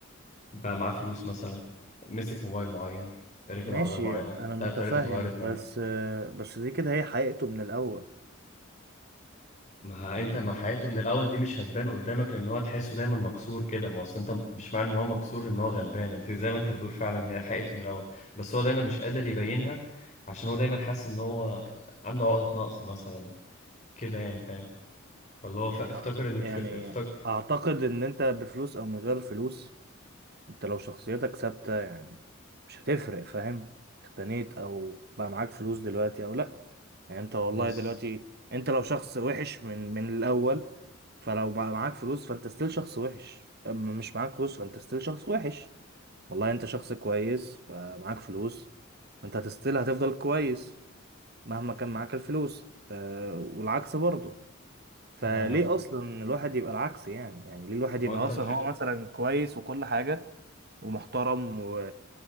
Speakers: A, on the left; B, on the right.
A: بقى معاه فلوس مثلا مسك موبايل معين ركب
B: ماشي
A: عربية معينة
B: انا
A: تلاقي
B: متفهم
A: طريقته اتغيرت معاه
B: بس آه، بس دي كده هي حقيقته من الأول
A: ما
B: يعني
A: انت ما حياته من الاول دي مش هتبان قدامك لان هو تحسه دايما مكسور كده ما اصل انت مش معنى ان هو مكسور ان هو غلبان انت زي ما انت بتقول فعلا هي حقيقته من الاول بس هو دايما مش قادر يبينها عشان هو دايما حاسس ان هو عنده عقدة نقص مثلا كده يعني فاهم ولا هو
B: يعني
A: ف- افتكر ان الف...
B: يعني
A: افتكر
B: اعتقد ان انت بفلوس او من غير فلوس انت لو شخصيتك ثابتة يعني مش هتفرق فاهم اختنيت او بقى معاك فلوس دلوقتي او لا يعني انت والله
A: بس
B: دلوقتي انت لو شخص وحش من من الاول فلو بقى معاك فلوس فانت ستيل شخص وحش اما مش معاك فلوس فانت ستيل شخص وحش والله انت شخص كويس فمعاك فلوس فانت هتستيل هتفضل كويس مهما كان معاك الفلوس أه والعكس برضه فليه
A: ما انا ما
B: اصلا الواحد يبقى العكس يعني يعني ليه الواحد
A: هو
B: يبقى
A: انت
B: اصلا
A: الف...
B: هو مثلا كويس وكل حاجه ومحترم و...